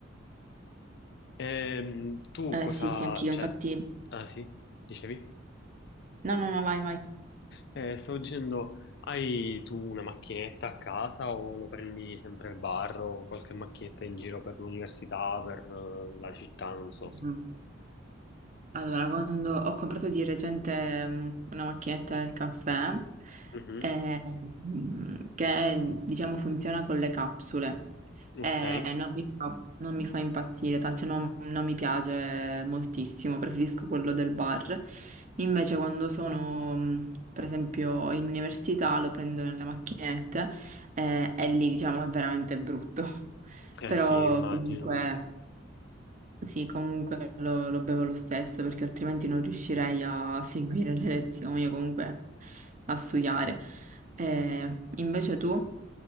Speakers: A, on the left (about 60°); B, on the right (about 40°).
A: Ehm, tu
B: Eh
A: cosa,
B: sì, sì, anch'io,
A: cioè,
B: infatti.
A: ah sì, dicevi?
B: No, no, no, vai,
A: Eh, stavo dicendo, hai tu una macchinetta a casa o lo prendi sempre al bar o qualche macchinetta in giro per l'università, per eh, la città, non so.
B: vai. Allora, quando ho comprato di recente mm, una macchinetta del caffè,
A: Mhm,
B: eh, mm, che diciamo funziona con le capsule,
A: Ok,
B: eh,
A: eh
B: non mi fa, non mi fa impazzire, ta- cioè non, non mi piace moltissimo, preferisco quello del bar. Invece quando sono, mm, per esempio, in università lo prendo nelle macchinette, eh, e lì diciamo è veramente brutto. <laughs> Però
A: sì, immagino.
B: comunque... Sì, comunque lo, lo bevo lo stesso perché altrimenti non riuscirei a seguire <laughs> le lezioni o comunque a studiare. Eh, invece tu?